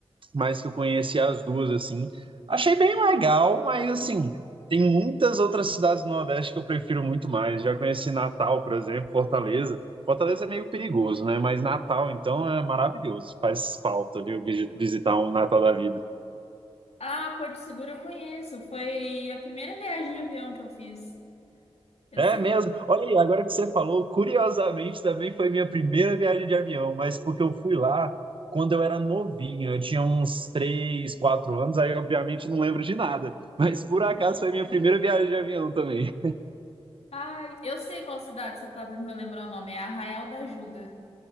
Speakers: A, on the right; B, on the left.
A: mas que eu conheci as duas, assim. Achei bem legal, mas, assim, tem muitas outras cidades do Nordeste que eu prefiro muito mais. Já conheci Natal, por exemplo, Fortaleza. Fortaleza é meio perigoso, né? Mas Natal, então, é maravilhoso. Faz falta, viu, visi- visitar um Natal da vida.
B: ah, Porto Seguro eu conheço, foi a primeira viagem de avião que eu fiz. Eu
A: É
B: sei,
A: mesmo. Olha aí, agora que você falou, curiosamente também foi minha primeira viagem de avião, mas porque eu fui lá quando eu era novinho, eu tinha uns 3 4 anos, aí obviamente não lembro de nada, mas por acaso foi minha primeira viagem de avião também.
B: ai, eu sei qual cidade você está tentando lembrar o nome, é Arraial da Ajuda.